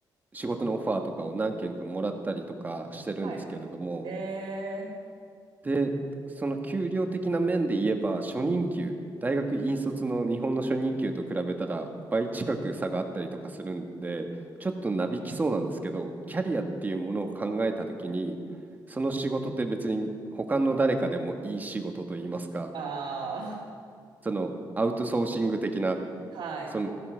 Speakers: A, on the right; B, on the right.
A: 仕事のオファーとかを何件かもらったりとかしてるんですけれども、
B: はい。えー、
A: で、その給料的な面で言えば、初任給、大学院卒の日本の初任給と比べたら倍近く差があったりとかするんで、ちょっとなびきそうなんですけど、キャリアっていうものを考えたときに、その仕事って別に他の誰かでもいい仕事といいますか、
B: あ
A: そのアウトソーシング的な、
B: あ、はい。
A: その